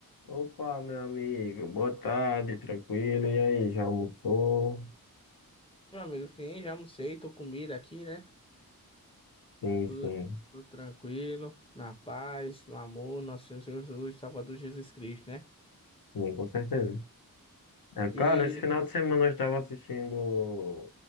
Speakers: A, on the left; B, on the left.
A: Opa, meu amigo, boa tarde, tranquilo. E aí, já almoçou?
B: Meu amigo, sim, já almocei, tô comida aqui, né?
A: Sim,
B: Tudo,
A: sim,
B: tudo tranquilo, na paz, no amor, nosso Senhor Jesus, Salvador Jesus Cristo, né?
A: sim, com certeza. É, cara,
B: E,
A: esse final de semana eu estava assistindo